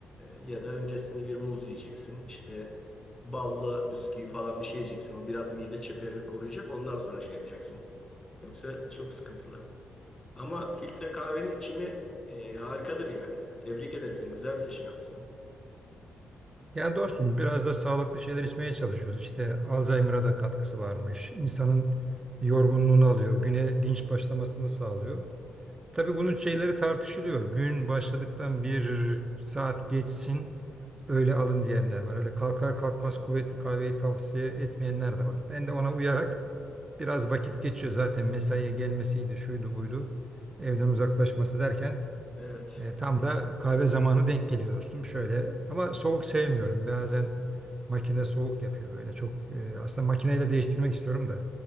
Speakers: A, on the left (about 20°); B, on the right (about 25°).
A: ya da öncesinde bir muz yiyeceksin. İşte ballı bisküvi falan bir şey yiyeceksin. O biraz mide çeperini koruyacak. Ondan sonra şey yapacaksın. Yoksa çok sıkıntılı. Ama filtre kahvenin içimi e, harikadır yani. Tebrik ederim seni. Güzel bir seçim yapmışsın.
B: Yani dostum biraz da sağlıklı şeyler içmeye çalışıyoruz. İşte Alzheimer'a da katkısı varmış. İnsanın yorgunluğunu alıyor. Güne dinç başlamasını sağlıyor. Tabii bunun şeyleri tartışılıyor. Gün başladıktan bir saat geçsin öyle alın diyenler var. Öyle kalkar kalkmaz kuvvetli kahveyi tavsiye etmeyenler de var. Ben de ona uyarak Biraz vakit geçiyor zaten mesaiye gelmesiydi, şuydu buydu. Evden uzaklaşması derken
A: Evet.
B: e, tam da kahve zamanı denk geliyor dostum. Şöyle ama soğuk sevmiyorum. Bazen makine soğuk yapıyor böyle çok. e, aslında makineyle değiştirmek istiyorum da.